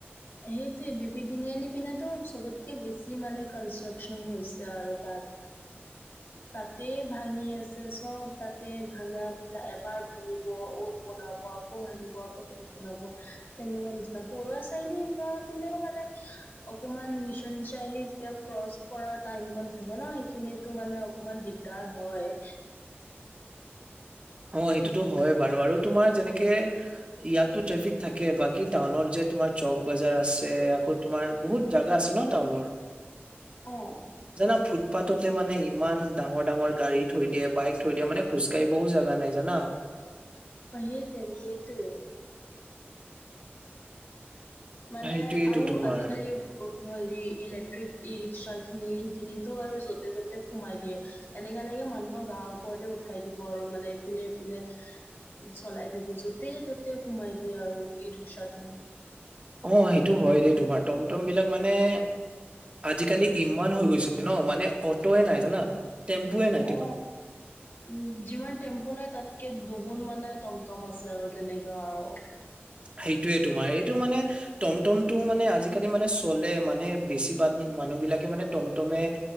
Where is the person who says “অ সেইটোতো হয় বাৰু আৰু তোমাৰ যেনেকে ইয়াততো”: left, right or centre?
Right